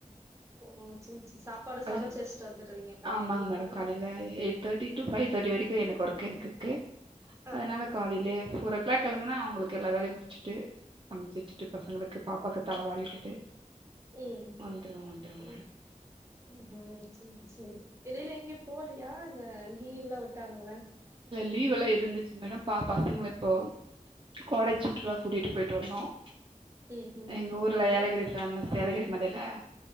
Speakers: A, on the right; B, on the right.
A: ஓ செரி செ சாப்பாடு சமச்சி
B: அதன்
A: வெஸ்ட் வந்துடுவீங்க காலேலயே
B: ஆமாங்க மேடம்
A: ஆஹ்
B: காலையில eight thirty to five thirty வரைக்கும் எனக்கு ஒர்க் <inaudible>
A: ஆ
B: அதனால காலையிலே <unintelligible> எல்லாம் கிழந்தனா அவங்களுக்கு எல்லா வேலையும் முடிச்சிட்டு சமைச்சு வச்சுட்டு பசங்களுக்கு பாப்பா தலைவாரி விட்டுட்டு
A: உம்
B: வந்துருவோம் வந்துருவோம்
A: ம்
B: மேடம்
A: உம் செரி செரி இல்லனா எங்கயும் போலயா இல்ல லீவ்ல்லாம் வுட்டாங்கள
B: லீவெல்லாம் இருந்துச்சு மேடம் பா பசங்களை இப்போ கோடை சுற்றுலா கூட்டிட்டு போயிட்டு வந்தோம்
A: ஹிம் ஹிம்
B: எங்கள் ஊரில்
A: ஓகே
B: ஏலகிரி ஃபேமஸ் ஏலகிரி மலேல